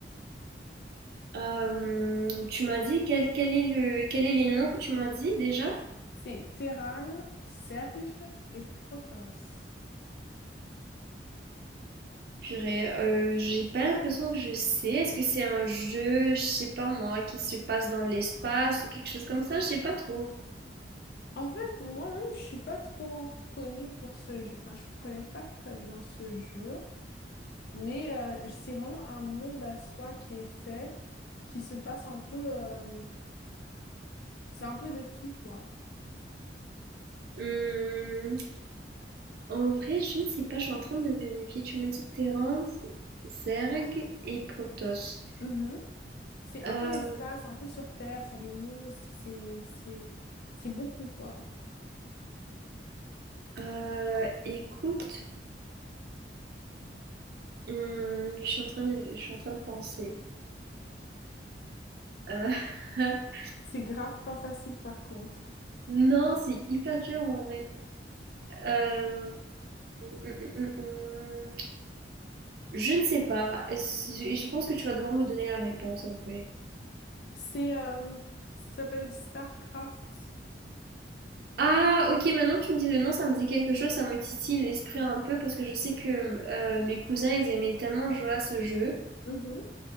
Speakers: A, on the right; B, on the left.
A: hem, tu m'as dit quel quel est le quel est les noms que tu m'as dit déjà?
B: C'est Terran, Serge et Protoss.
A: Purée, heu, j'ai pas l'impression que je sais. Est-ce que c'est un jeu, je sais pas moi, qui se passe dans l'espace ou quelque chose comme ça? Je sais pas trop.
B: En fait, moi-même, je suis pas trop connue pour ce jeu. Enfin, je connais pas très bien ce jeu, mais euh, c'est vraiment un monde à soi qui est fait, qui se passe un peu. euh, c'est un peu de tout, quoi.
A: Mmh, en vrai, je ne sais pas, je suis en train de vérifier. Tu me dis Terence, Zerg et Protoss.
B: Mhm. C'est un
A: Heu
B: peu l'espace, un peu sur Terre, ça a des monstres, c'est c'est c'est beaucoup quoi.
A: heu, écoute Mmh, je suis en train de, je suis en train de penser. Euh, <laughs>
B: C'est grave pas facile par contre.
A: non, c'est hyper dur en vrai. Euh, mm, mm, mm. Je ne sais pas. Est-ce- Je pense que tu vas devoir me donner la réponse en vrai.
B: C'est euh, ça s'appelle StarCraft.
A: Ah, ok, maintenant que tu me dis le nom, ça me dit quelque chose, ça me titille l'esprit un peu parce que je sais que euh, mes cousins, ils aimaient tellement jouer à ce jeu.
B: Mhm.